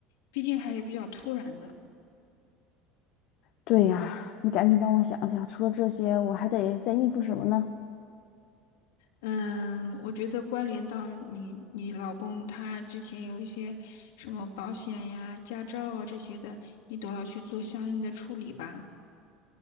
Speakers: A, on the left (about 85°); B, on the left (about 65°).
A: 毕竟还是比较突然的。
B: 对呀，你赶紧帮我想想，除了这些，我还得再应付什么呢？
A: 嗯，我觉得关联到你你老公他之前有一些什么保险呀、驾照啊这些的，你都要去做相应的处理吧。